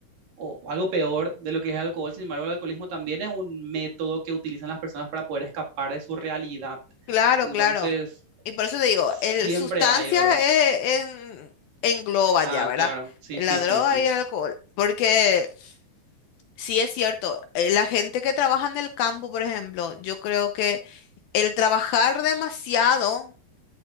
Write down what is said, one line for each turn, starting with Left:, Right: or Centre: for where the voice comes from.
Right: o o algo peor de lo que es el alcohol. Sin embargo, el alcoholismo también es un método que utilizan las personas para poder escapar de su realidad.
Left: Claro,
Right: Entonces,
Left: claro. Y por eso te digo,
Right: siempre
Left: el sustancias
Right: hay, ¿verdad?
Left: es- en- engloba
Right: Ah,
Left: ya, ¿verdad?
Right: claro, sí,
Left: La
Right: sí,
Left: droga
Right: sí, sí,
Left: y el alcohol. Porque sí es cierto, eh, la gente que trabaja en el campo, por ejemplo, yo creo que el trabajar demasiado